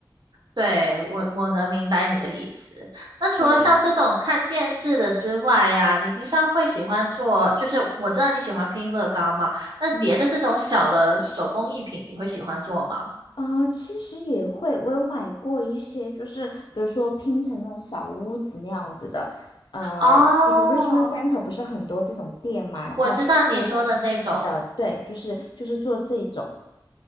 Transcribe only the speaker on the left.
对啊，
嗯。
啊、呃其实也会，我有买过一些，就是比如说拼成那种小屋子那样子的，呃，
那个 Richmond Center 不是很多这种店嘛，然后还有这种精细的，
对，就是就是做这种，